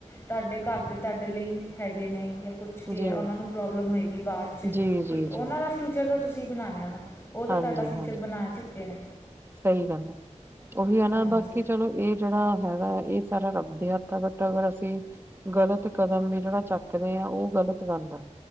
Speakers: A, on the left (about 20°); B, on the right (about 20°).
A: ਤੁਹਾਡੇ ਘਰ ਦੇ ਤੁਹਾਡੇ ਲਈ ਹੈਗੇ ਨੇ ਜਾਂ ਕੁਛ ਵੀ
B: ਜੀ,
A: ਹੈ ਉਹਨਾਂ ਨੂੰ ਪ੍ਰੋਬਲਮ ਹੋਏਗੀ ਬਾਅਦ 'ਚ,
B: ਜੀ, ਜੀ,
A: ਫਿਰ ਉਹਨਾਂ
B: ਜੀ,
A: ਦਾ ਫਿਊਚਰ ਤਾਂ ਤੁਸੀਂ ਬਣਾਉਣਾ ਹੈ ਨਾ। ਉਹ ਤਾਂ
B: ਹਾਂਜੀ,
A: ਤੁਹਾਡਾ ਫਿਊਚਰ
B: ਹਾਂਜੀ
A: ਬਣਾ ਚੁੱਕੇ ਨੇ।
B: ਸਹੀ ਗੱਲ ਹਾਂ, ਉਹੀ ਹੈ ਨਾ
A: ਹਾਂਜੀ
B: ਬਾਕੀ ਚਲ਼ ਚਲੋ ਇਹ ਜਿਹੜਾ ਹੈਗਾ ਇਹ ਸਾਰਾ ਰੱਬਦੇ ਹੱਥ ਹੈ, ਬਟ ਅਗਰ ਅਸੀਂ ਗ਼ਲਤ ਕਦਮ ਵੀ ਜਿਹੜਾ ਚੱਕਦੇ ਆ, ਉਹ ਗ਼ਲਤ ਗੱਲ ਆ।